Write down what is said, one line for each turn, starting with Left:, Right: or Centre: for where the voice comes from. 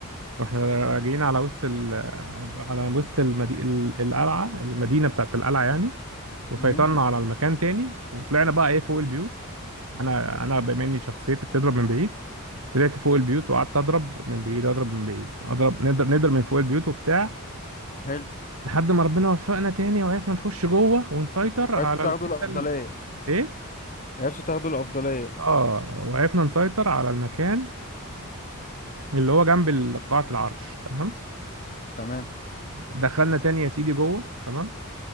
Right: رحنا راجعين على وسط ال... على وسط المدي... ال- القلعة المدينة بتاعت القلعة يعني وسيطرنا
Left: امم
Right: على المكان تاني وطلعنا بقى ايه فوق البيوت انا انا بما اني شخصيتي بتضرب من بعيد طلعت فوق البيوت وقعدت اضرب من بعيد اضرب من بعيد اضرب نقدر نقدر من فوق البيوت وبتاع
Left: حلو
Right: لحد ما ربنا وفقنا تاني وعرفنا نخش جوه ونسيطر على
Left: عرفتوا تاخدوا
Right: الحتة
Left: الافضلية
Right: اللي ايه
Left: عرفتوا تاخدوا الأفضلية
Right: اه وعرفنا نسيطر على المكان اللي هو جنب ال- قاعة العرش تمام
Left: تمام
Right: دخلنا تاني يا سيدي جوه تمام